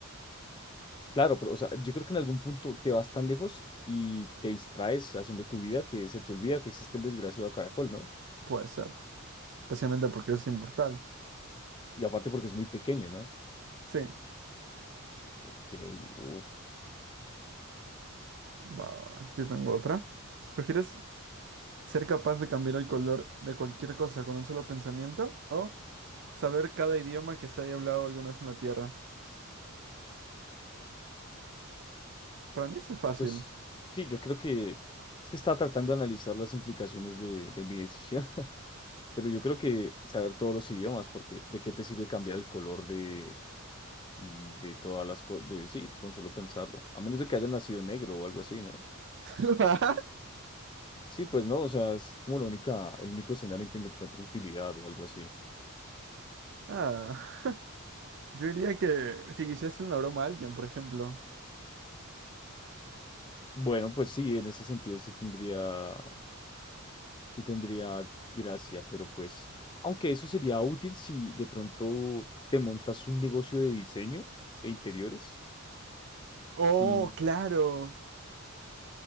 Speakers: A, on the left; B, on the right.
A: Claro, pero o sea, yo creo que en algún punto te vas tan lejos y te distraes haciendo tu vida que se te olvida que existe el desgraciado caracol, ¿no?
B: Puede ser. Especialmente porque es inmortal.
A: Y aparte porque es muy pequeño, ¿no?
B: Sí,
A: Ok, uf.
B: va, va, va. Yo tengo otra. ¿Prefieres ser capaz de cambiar el color de cualquier cosa con un solo pensamiento o saber cada idioma que se haya hablado alguna vez en la Tierra? Para mí eso es fácil.
A: Pues sí, yo creo que es que estaba tratando de analizar las implicaciones de, de mi decisión, <laughs> pero yo creo que saber todos los idiomas, porque ¿de qué te sirve cambiar el color de, mm, de todas las cosas? De, sí, con solo pensarlo, a menos de que haya nacido negro o algo así, ¿no?
B: <laughs>
A: Sí, pues no, o sea, es como la única, el único escenario en que le encuentro utilidad o algo así.
B: Ah, <laughs> yo diría que si quisieras hacer una broma a alguien, por ejemplo.
A: Bueno, pues sí, en ese sentido sí tendría y tendría gracia, pero pues, aunque eso sería útil si de pronto te montas un negocio de diseño de interiores
B: Oh,
A: y,
B: claro.